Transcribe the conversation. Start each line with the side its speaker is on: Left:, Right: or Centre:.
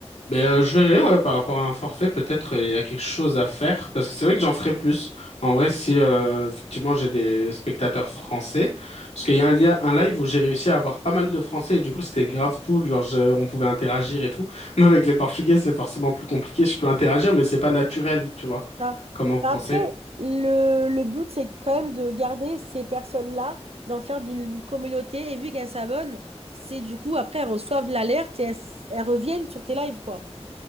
Left: mais euh, je verrai, ouais, par rapport à un forfait, peut-être euh, il y a quelque chose à faire, parce que c'est vrai que j'en ferai plus. En vrai, si euh, effectivement j'ai des spectateurs français, parce qu'il y a un, lia- un live où j'ai réussi à avoir pas mal de français, et du coup c'était grave cool, genre je- on pouvait interagir et tout. <laughs> Mais avec les portugais, c'est forcément plus compliqué, je peux interagir, mais c'est pas naturel, tu vois,
Right: ça.
Left: comme en français.
Right: Bah, après, le, le but, c'est quand même de garder ces personnes-là, d'en faire d'une communauté. Et vu qu'elles s'abonnent, c'est du coup, après, elles reçoivent l'alerte et elles, s- elles reviennent sur tes lives, quoi.